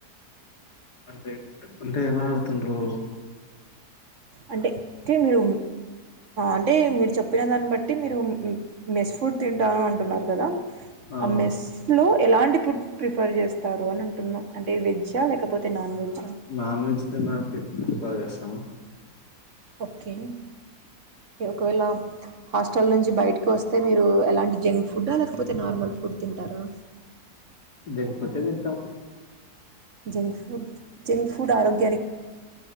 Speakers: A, on the left (about 75°); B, on the right (about 50°).
A: అంటే అంటే ఎలా అడుతుండ్రు
B: అంటే మీరు అంటే మీరు చెప్పిన దాన్ని బట్టి మీరు మెస్ ఫుడ్ తింటాను అంటున్నారు కదా
A: అవును
B: ఆ మెస్ లో ఎలాంటి ఫుడ్ ప్రీఫర్ చేస్తారు అని అంటున్నా వెజ్ఙా లేకపోతే నాన్ వెజ్
A: నాన్ వెజ్ తినడానికే ఎ ఇ వ్యస్తాను <unintelligible>
B: ఓకే ఒకవేళ హాస్టల్ నుంచి బయటకు వస్తే మీరు ఎలాంటి జంక్ ఫుడ్డా లేకపోతే నార్మల్ ఫుడ్ తింటారా
A: జంక్ఫుడ్డే తింటాం
B: జంక్ ఫుడ్ జంక్ ఫుడ్ ఆరోగ్య